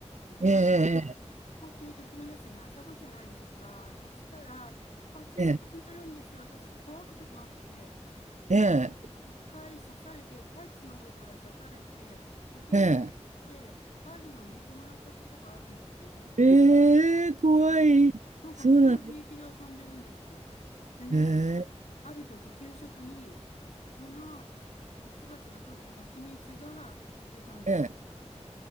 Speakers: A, on the left; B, on the right.
A: で
B: ええ、
A: 校庭で昼休み遊ぶじゃないですか。そしたら、蜂が飛んでるんですよ。
B: ええ、
A: 私、怖くて怖くて。で、
B: ええ、
A: 一回刺されて、タイツの上から刺されて、保健
B: ええ、
A: で針を抜いてもらったことがあるんですね。
B: ええ、ええ怖い。
A: なんかみんな平気で遊んでるんですよ。
B: そうなんです。
A: でね、
B: ええ、
A: ある時給食に、そのミツバチが取った蜂蜜が出たんですよ。
B: ええ、